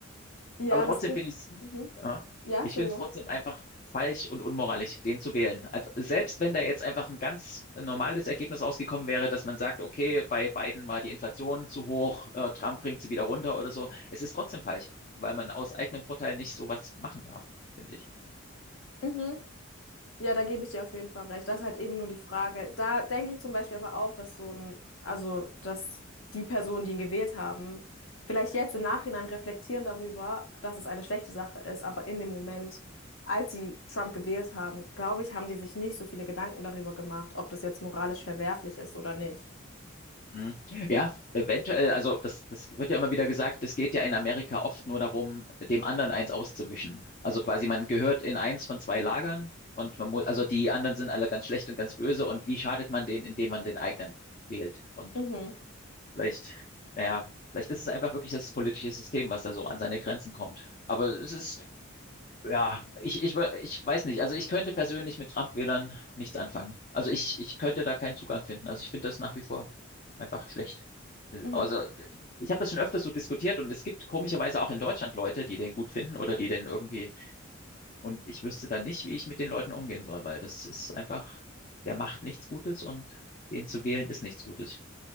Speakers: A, on the left; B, on the left.
A: Ja,
B: aber
A: aber
B: trotzdem
A: es gibt,
B: finde ich es,
A: Mhm.
B: ja,
A: Ja,
B: ich
A: Entschuldigung.
B: finde es trotzdem einfach falsch und unmoralisch, den zu wählen. Also selbst wenn da jetzt einfach ein ganz normales Ergebnis rausgekommen wäre, dass man sagt, okay, bei Biden war die Inflation zu hoch, äh, Trump bringt sie wieder runter oder so, es ist trotzdem falsch weil man aus eigenem Vorteil nicht sowas machen darf, finde ich.
A: Mhm. Ja, da gebe ich dir auf jeden Fall recht. Das ist halt eben nur die Frage. Da denke ich zum Beispiel aber auch, dass so ein, also dass die Personen, die ihn gewählt haben, vielleicht jetzt im Nachhinein reflektieren darüber, dass es eine schlechte Sache ist, aber in dem Moment, als sie Trump gewählt haben, glaube ich, haben die sich nicht so viele Gedanken darüber gemacht, ob das jetzt moralisch verwerflich ist oder nicht.
B: Mhm. <laughs> Ja, eventuell, also das, das wird ja immer wieder gesagt, es geht ja in Amerika oft nur darum, dem anderen eins auszuwischen. Also quasi, man gehört in eins von zwei Lagern und man muss, also die anderen sind alle ganz schlecht und ganz böse und wie schadet man denen, indem man den eigenen wählt? Und
A: Mhm,
B: vielleicht, naja, vielleicht ist es einfach wirklich das politische System, was da so an seine Grenzen kommt. Aber es ist, Ja, ich, ich, wö- ich weiß nicht. Also ich könnte persönlich mit Trump-Wählern nichts anfangen. Also ich, ich könnte da keinen Zugang finden. Also ich finde das nach wie vor einfach schlecht.
A: mhm.
B: Also ich habe das schon öfters so diskutiert und es gibt komischerweise auch in Deutschland Leute, die den gut finden oder die den irgendwie. Und ich wüsste dann nicht, wie ich mit den Leuten umgehen soll, weil das ist einfach, der macht nichts Gutes und den zu wählen ist nichts Gutes